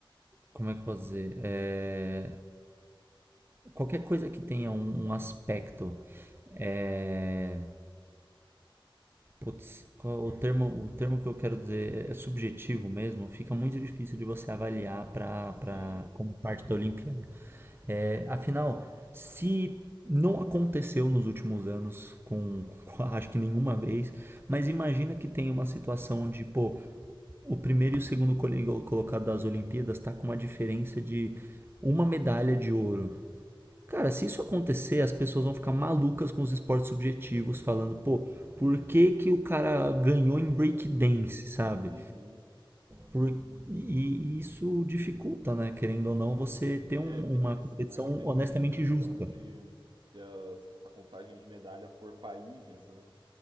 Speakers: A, on the right (about 25°); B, on the right (about 60°).
A: Como é que eu posso dizer? É, qualquer coisa que tenha um, um aspecto. É, putz, qual o termo, o termo que eu quero dizer é subjetivo mesmo, fica muito difícil de você avaliar pra,
B: Sim.
A: pra, como parte da Olimpíada. É, afinal, se não aconteceu nos últimos anos com, com- acho que nenhuma vez, mas imagina que tem uma situação de, pô, o primeiro e o segundo coli- colocado das Olimpíadas tá com uma diferença de uma medalha de ouro. Cara, se isso acontecer, as pessoas vão ficar malucas com os esportes subjetivos, falando, pô, por que que o cara ganhou em breakdance, sabe?
B: Uhum.
A: Por- e, e isso dificulta, né? Querendo ou não, você ter
B: É,
A: um-
B: tem
A: uma
B: isso,
A: competição
B: né? Tem
A: honestamente
B: essa questão
A: justa.
B: de ter as- a contagem de medalha por países, né? <laughs>